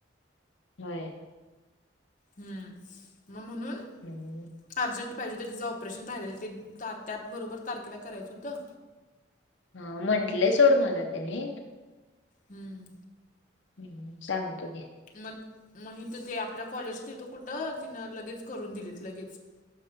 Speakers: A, on the left (about 75°); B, on the left (about 40°).
A: होय.
B: हम्म म म्हणून
A: हं.
B: अर्जंट पाहिजे होतं तिचं ऑपरेशन राहिलेले ते ता त्याबरोबर तारखेला करायचं होतं.
A: हा म्हंटले सोड मला त्यानी.
B: हम्म.
A: हं.... सांगतो घे.
B: मन म हिथं ते आपल्या कॉलेजचा इथं कुठं तिनं लगेच करून दिलीत लगेच.